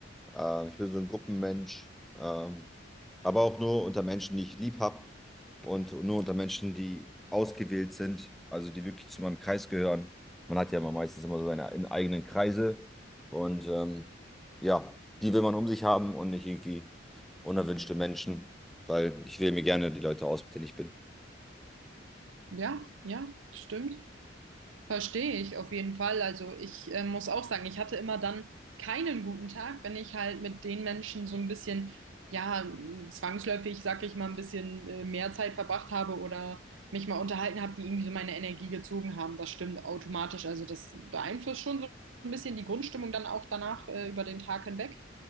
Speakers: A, in the centre; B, on the right.
A: Äh, ich bin so ein Gruppenmensch, ähm, aber auch nur unter Menschen, die ich lieb habe und nur unter Menschen, die ausgewählt sind, also die wirklich zu meinem Kreis gehören. Man hat ja immer meistens immer so seine in- eigenen Kreise und ähm, ja, die will man um sich haben und nicht irgendwie unerwünschte Menschen, weil ich wähle mir gerne die Leute aus, mit denen ich bin.
B: Ja, ja, stimmt. Verstehe ich auf jeden Fall. Also ich äh, muss auch sagen, ich hatte immer dann keinen guten Tag, wenn ich halt mit den Menschen so ein bisschen, ja, zwangsläufig, sag ich mal, ein bisschen äh, mehr Zeit verbracht habe oder mich mal unterhalten habe, die irgendwie so meine Energie gezogen haben. Das stimmt automatisch. Also das beeinflusst schon so ein bisschen die Grundstimmung dann auch danach äh, über den Tag hinweg.